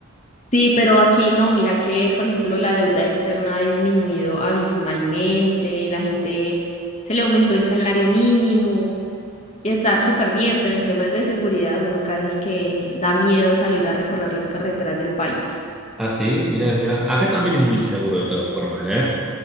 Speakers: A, on the left; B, in the centre.
A: Sí, pero aquí no, mira que, por ejemplo, la deuda externa ha disminuido abismalmente, la gente se le aumentó el salario mínimo y está súper bien, pero en temas de seguridad uno casi que da miedo salir a recorrer las carreteras del país.
B: Ah, sí, mirá, mirá. Acá también es muy inseguro de todas formas, ¿eh?